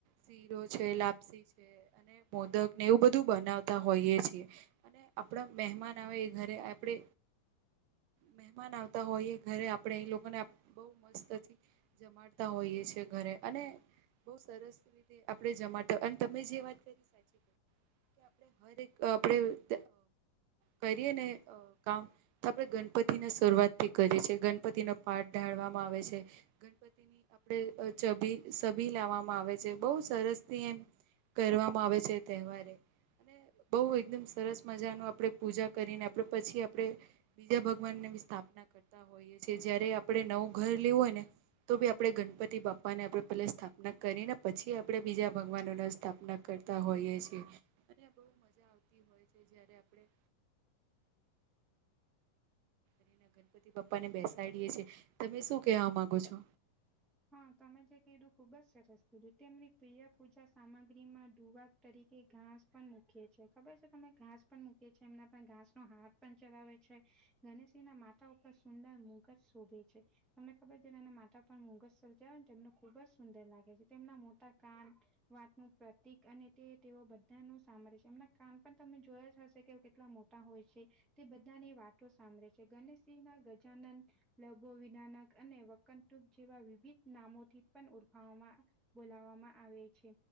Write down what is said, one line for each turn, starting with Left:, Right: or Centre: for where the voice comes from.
Right: શીરો છે લાપસી છે અને મોદક ને એવું બધું બનાવતા હોઈએ છીએ. અને આપણા મહેમાન આવે એ ઘરે આપડે મહેમાન આવતા હોય એ ઘરે આપણે એ લોકોને બહું મસ્તથી જમાડ હોઈએ છે ઘરે અને બહું સરસ રીતે આપણે જમાડતા અને તમે જે વાત કરી કે આપડે કરીએ ને કામ તો આપણેે ગણપતિ ના શરૂઆતથી કરે છે ગણપતિનો પાઠ ઢાળવામાં આવે છે ગણપતિની આપ ચબી સબી લાવવામાં આવે છે બહુ સરસ થી એમ કરવામાં આવે છે એ તહેવારે અને બહુ એકદમ સરસ મજા ન આપણે પૂજા કરીને આપણે પછી આપડણે બીજા ભગવાન ને બી સ્થાપના કરતા હોઈએ છે, જયારે આપડણે નવું ઘર લેવું હોય ને તો બી આપણે ગણપતિ બાપાને આપણેે પહેલા સ્થાપના કરીને પછી આપણે બીજા ભગવાનો ને સ્થાપના કરતા હોઈએ છેએ અને બહું મજા આવતી હોય છે જારે આપણે
Centre: <inaudible>
Right: રીને ગણપતિ પપ્પા ને બેસાડીએે છે, તમે શું કેવા માંગો છો?
Centre: હા તમે જે કીધું ખુબ જ સરસ કીધું તેમની પ્રિય પૂજા સામગ્રીમાં ડુવા તરીકે ઘાસ પણ મૂકી છે ખબર છે તમે ઘાસ પણ મૂકી છી એમના પણ ઘાસ નો હાથ પણ ચલાવે છે, ગણેશજી ના માતા ઉપર સુંદર મુગજ શોધે છે. તમને ખબર છે એના માતા પણ મુગસરજાવ ને તેમને ખુબ જ સુંદર લાગે છે, તેમના મોટા કાન વાતનું પ્રતિક અને તે તેઓ બધાનું સામર છે એમના કાન પણ તમે જોયા જ હશે કે કેટલા મોટા હોય છે તે બધાની વાતો સાંભળે છે ગણેશજી ના ગજાનન લાભો વિનાનક અને વકટુક જેવા વિવિધ નામોથી પણ ઓળખાવામાં બોલાવામાં આવે છે.